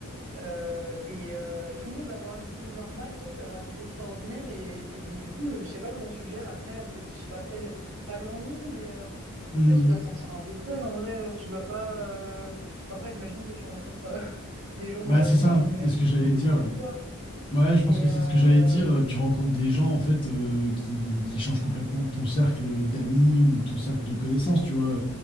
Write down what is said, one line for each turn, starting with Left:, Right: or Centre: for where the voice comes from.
Right: Euh, et euh, tout le monde va avoir une vie normale et toi tu vas avoir une vie extraordinaire et, et, et du coup euh, je sais pas comment tu gères après peut-être je sais pas tel pas l'ennui mais euh,
Left: Hmm.
Right: peut-être tu dois te sentir un peu seul en vrai tu dois pas euh... enfin, après j'imagine que tu rencontres euh, <laughs> des gens
Left: Bah,
Right: euh,
Left: c'est
Right: qui
Left: ça,
Right: ont le
Left: c'est
Right: même
Left: ce que
Right: niveau
Left: j'allais
Right: de
Left: dire,
Right: vie
Left: ouais.
Right: que toi
Left: Bah Ouais, je
Right: mais
Left: pense que c'est
Right: euh...
Left: ce que j'allais dire. Euh, Tu rencontres des gens en fait euh, qui, qui changent complètement de ton cercle d'amis ou ton cercle de connaissances, tu vois.